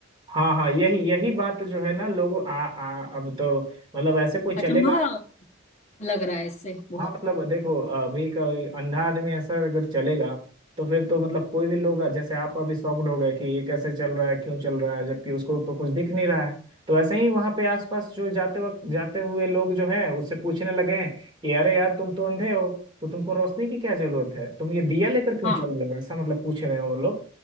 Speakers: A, on the right; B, on the left.
A: हाँ हाँ यही यही बात जो है ना लोगों आ, आ अब तो मतलब ऐसे कोई
B: अचंभा
A: चलेगा
B: लग रहा है इससे बहुत
A: हाँ मतलब देखो अभी का अंधा आदमी ऐसा अगर चलेगा तो फिर तो मतलब कोई भी लोग जैसे आप अभी शॉक्ड हो गए कि ये कैसे चल रहा है क्यों चल रहा है जबकि उसको तो कुछ दिख नहीं रहा है तो ऐसे ही वहां पे आसपास जो जाते वक्त जाते हुए लोग जो हैं उससे पूछने लगे हैं कि अरे यार तुम तो अंधे हो तो तुमको रोशनी की क्या जरूरत है तुम ये दिया लेकर क्यों
B: हाँ
A: चल रहे हो ऐसा मतलब पूछ रहे हैं वो लोग